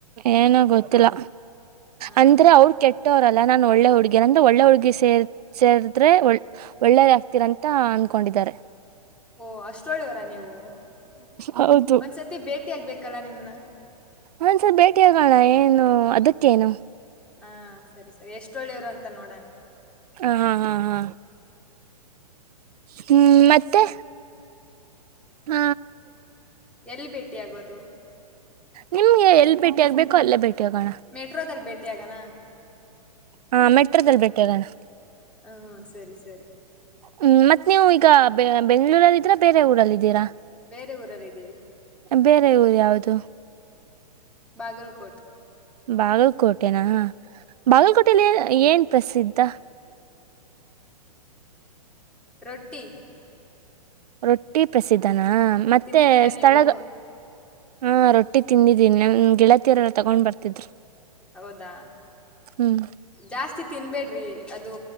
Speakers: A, on the right; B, in the centre.
A: ಏನ ಗೊತ್ತಿಲ್ಲ
B: ಹಾ
A: ಅಂದ್ರೆ
B: ಹಾ
A: ಅವ್ರು ಕೆಟ್ಟವ್ರಲ್ಲ ಲ್ಲ ನಾನು ಒಳ್ಳೆ ಹುಡುಗಿ ಅಂದ್ರೆ ಒಳ್ಳೆ ಹುಡುಗಿ ಸೇರ್ ಸೇರದ್ರೆ ಒಳ್ಳೇದ ಆಗ್ತಿರಂತ ಅನ್ಕೊಂಡಿದ್ದಾರೆ
B: ಓ ಅಷ್ಟೊಳ್ಳೆಯವರ ನೀವು
A: ಹೌದು
B: ಒಂದ್ಸತಿ ಭೇಟಿ ಆಗ್ಬೇಕು ಲ್ಲ ನಿಮ್ನ
A: ಒಂದಸಲ್ ಭೇಟಿಯಗೋಣ ಏನು ಅದಕ್ಕೇನು?
B: ಹ ಸರಿ ಸರಿ ಎಷ್ಟ ಒಳ್ಳೆಯವ್ರು ಅಂತ ನೋಡೋಣ.
A: ಹ ಹಾ ಹಾ ಹಾ ಹ್ಮ ಮತ್ತೆ? ಹ
B: ಎಲ್ಲಿ ಭೇಟಿ ಆಗೋದು?
A: ನಿಮ್ಗೆ ಎಲ್ಲಿ ಭೇಟಿ ಆಗ್ಬೇಕೋ ಅಲ್ಲೇ ಬೇ ಬೇಟಿಯಾಗಣ.
B: ಮೆಟ್ರೋದಲ್ಲಿ ಭೇಟಿ ಆಗನಾ
A: ಹಾ ಮೆಟ್ರೋದಲ್ಲಿ ಭೇಟಿಯಾಗಣ.
B: ಹಾ ಸರಿ ಸರಿ.
A: ಹ್ಮ್ ಮತ್ ನೀವು ಈಗ ಬೆ ಬೆಂಗಳೂರಿಯಲ್ಲಿ ಇದೀರಾ ಬೇರೆ ಊರಲ್ಇದಿರಾ?
B: ಬೇರೆ ಊರಲ್ಲ ಇದ್ದೀವಿ.
A: ಬೇರೆ ಊರು ಯಾವ್ದು?
B: ಬಾಗಲ್ಕೋಟ್.
A: ಬಾಗಲ್ಕೋಟೆನ, ಬಾಗಲ್ಕೋಟೆಯಲ್ಲಿ ಎ ಏನ್ ಪ್ರಸಿದ್ಧ?
B: ರೊಟ್ಟಿ.
A: ರೊಟ್ಟಿ ಪ್ರಸಿದ್ಧನ? ಹಾ ಮತ್ತೆ
B: ತಿಂದಿದ್ದೀರಾ
A: ಸ್ಥಳಗ
B: ನೀವು
A: ಹಾ ರೊಟ್ಟಿ ತಿಂದಿದ್ದೀನಿ ನನ್ ಗೆಳತೀಯರೆಲ್ಲ ತಗೊಂಡ್ ಬರ್ತಿದ್ರು.
B: ಹೌದಾ,
A: ಹ್ಮ್
B: ಜಾಸ್ತಿ ತಿನ್ಬೇಡ್ರಿ. ಅದು